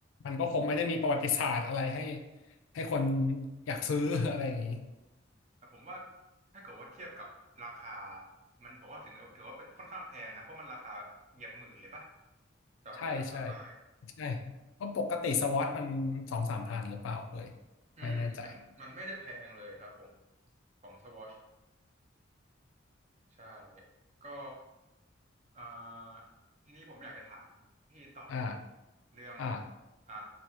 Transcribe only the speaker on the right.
แต่ผมว่าถ้าเกิดว่าเทียบกับราคามันผมว่าถึงถือว่าเป็นค่อนข้างแพงนะเพราะมันราคาแบบเหยียบหมื่นเลยปะต่อให้เป็นราคาป้าย
อืมมันมันไม่ได้แพงเลยครับผม
ของสวอชใช่ก็เอ่อทีนี้ผมอยากจะถามพี่ต่อนิดนึง
เรื่อง
อ่า